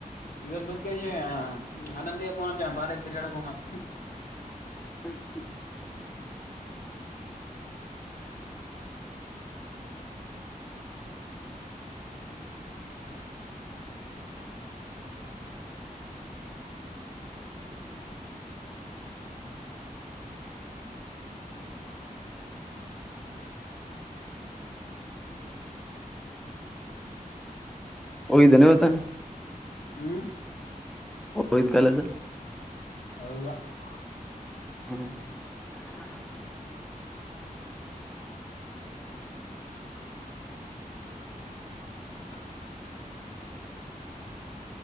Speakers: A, on the left; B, in the centre.
A: ಇವತ್ತ ಬಂದ ಕ್ಯಾಸ ಆನಂದ ಗೆ ಫೋನ್ ಹಚ್ಚಳಾ ಬಾ ಲೇ ತಿರಿಗಡಕ ಹೋಗುಮಂತ್? <unintelligible>
B: <unintelligible>
A: <unintelligible>
B: ಹೋಗಿದ್ದೇನ ಇವತ್ತ? <unintelligible>
A: ಹೂ
B: ಹೋಗಿದ್ ಕಾಲೇಜ
A: ಹೋಗಿಲ್ಲ? <unintelligible>
B: ಹು <unintelligible>
A: <inaudible> <unintelligible> <unintelligible> <inaudible>